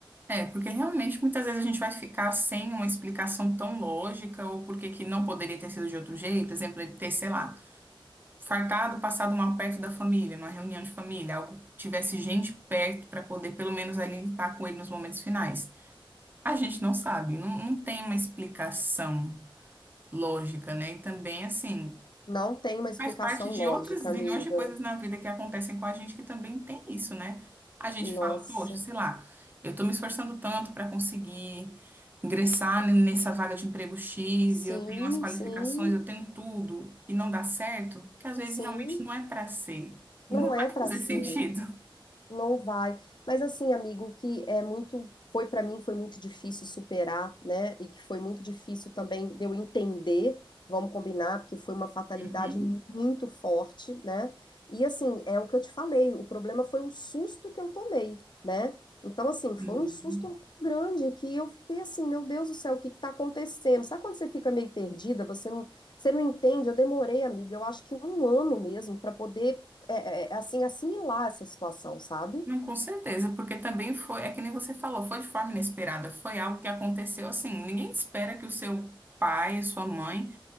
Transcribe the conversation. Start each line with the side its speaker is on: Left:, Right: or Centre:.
Right: É, porque realmente muitas vezes a gente vai ficar sem uma explicação tão lógica ou porque que que não poderia ter sido de outro jeito. Exemplo, ele ter, sei lá, fartado, passado mal perto da família, numa reunião de família, algo que tivesse gente perto para poder pelo menos ali estar com ele nos momentos finais. A gente não sabe, não, não tem uma explicação lógica, né? E também, assim,
Left: Não tem uma explicação
Right: faz parte de
Left: lógica,
Right: outras zilhões
Left: amiga.
Right: de coisas na vida que acontecem com a gente que também tem isso, né? A gente
Left: Nossa.
Right: fala, poxa, sei lá, eu tô me esforçando tanto para conseguir ingressar n- nessa vaga de emprego X,
Left: Sim,
Right: e eu tenho as qualificações,
Left: sim,
Right: eu tenho tudo, e não dá certo, que às vezes
Left: sim.
Right: realmente não é para ser. E
Left: Não
Right: não vai
Left: é para
Right: fazer
Left: ser.
Right: <laughs> sentido.
Left: Não vai. Mas assim, amigo, o que é muito foi para mim foi muito difícil superar, né? E que foi muito difícil também de eu entender, vamos combinar, porque foi uma fatalidade
Right: Uhum.
Left: muito forte, né? E assim, é o que eu te falei, o problema foi o susto que eu tomei, né? Então assim, foi
Right: Uhum.
Left: um susto muito grande que eu fiquei assim, meu Deus do céu, o que que tá acontecendo? Sabe quando você fica meio perdida, você não, você não entende? Eu demorei, amiga, eu acho que um ano mesmo para poder é, é, é, assim, assimilar essa situação, sabe?
Right: Não, com certeza, porque também foi, é que nem você falou, foi de forma inesperada, foi algo que aconteceu assim. Ninguém espera que o seu pai, sua mãe